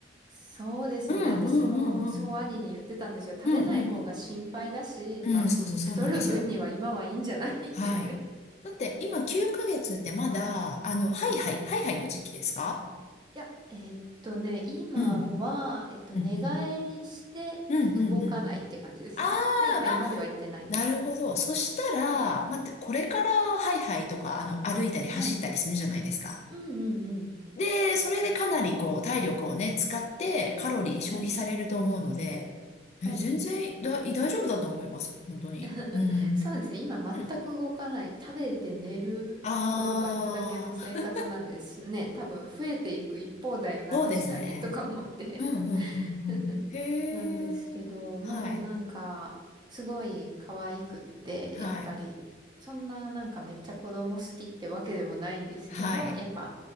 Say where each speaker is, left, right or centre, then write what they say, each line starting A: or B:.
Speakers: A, on the right; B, on the left.
A: そうですよね。
B: うん、
A: 私もそう兄に言ってたんですよ。
B: うん、うん、うん。
A: 食べない方が心配だし、
B: うん、うん、うん。うん、
A: まあ太る分には今はいいんじゃない
B: そうそう、そうなんですよ。
A: <laughs> って言って。
B: はい。だって今9ヶ月ってまだ、あの、ハイハイ、
A: はいい
B: ハイハイの時期ですか
A: や、えーっとね、今は、
B: うん。
A: えっと、
B: うん、
A: 寝返りして動かないって感じですね。
B: うん。うん、うん、うん。あ
A: はいはいまでは言ってないです。
B: あ、まあ、なるほど。そしたら、
A: はい。
B: 待ってこれからハイハイとか、あの、歩いたり走ったりするじゃないですか。
A: はい。うんうんうん。
B: で、それでかなりこう、体力をね、使ってカロリー消費されると思うので、
A: はい。はい。
B: え、全然だ、大丈夫だと思います。本当に。
A: <laughs>
B: うん。
A: そうですね。今全く動かない。
B: うん。
A: 食べて寝る、
B: ああ、
A: 転がるだけの生活なんですね。多分増えていく一方だよな、
B: そうですね。
A: 確かに、とか思って
B: うんうんうんうん。
A: <laughs>
B: へえ。
A: なんですけど、もうなんか、
B: はい。
A: すごい可愛くって、
B: はい。
A: やっぱり、そんななんかめっちゃ子供好きってわけでもないんですけど、
B: はい。
A: やっぱ、